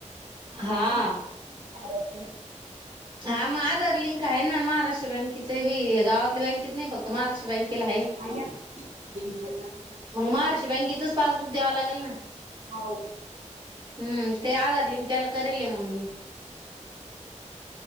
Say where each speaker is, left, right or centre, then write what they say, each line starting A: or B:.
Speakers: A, on the right; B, on the right.
A: हा.
B: आता. म सारची.
A: हा मग आधार लिंक आहे ना महाराष्ट्र बँकेचे बी गावातल्या बँकेत नाही फक्त महाराष्ट्र बँकेला आहे
B: म <inaudible>
A: मग महाराष्ट्र बँकेचच पासबुक द्यावा लागेल ना.
B: हो
A: हम्म ते आधार लिंक त्याला करेल आहे मग मी.